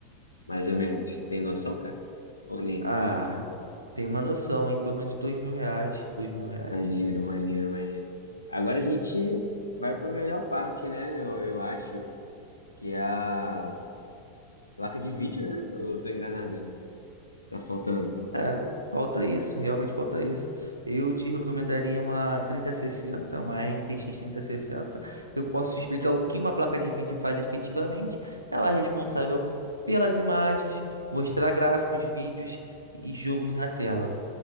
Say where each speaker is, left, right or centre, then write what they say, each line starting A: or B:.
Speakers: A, on the left; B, on the right.
A: mais ou menos? Tem noção, cara? Ou nem?
B: Ah, tem uma noção em torno de dois mil reais, dois mil reais.
A: Maneiro, maneiro, maneiro. Agora a gente vai para a melhor parte, né? Eu, eu acho que é a placa de vídeo, né? Ou eu tô enganado? Tá faltando.
B: É, falta isso, realmente falta isso. Eu te recomendaria uma 3060, uma RTX 3060. Eu posso te explicar o que uma placa de vídeo faz efetivamente. Ela é responsável pelas imagens, mostrar gráficos, vídeos e jogos na tela.